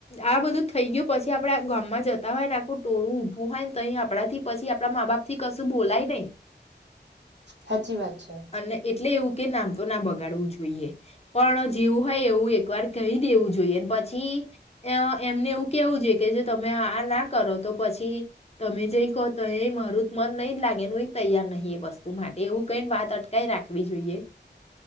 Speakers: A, on the left; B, on the right.
A: આ બધું થઈ ગયું પછી આપડે ગામમાં જતા હોય ને આખું ટોરું ઊભું હોય. તો અહીં આપણાથી પછી આપણા મા બાપ. થી કશું બોલાય નહીં
B: સાચી વાત છે
A: અને એટલે એવું કે નામ તો ના બગાડવું જોઈએ, પણ જેવું હોય એવું એક વાર કહીં દેવું જોઈએ. પછી એમને એવું કેવું જોઈ કે. તમે આ ના કરો તો પછી તમે જ કહો તો મારું. મન નહીં જ લાગે, એ ન એ તૈયાર નહી એ વસ્તુ માટે, એવું કંઈ વાત અટકાય રાખવી જોઈએ.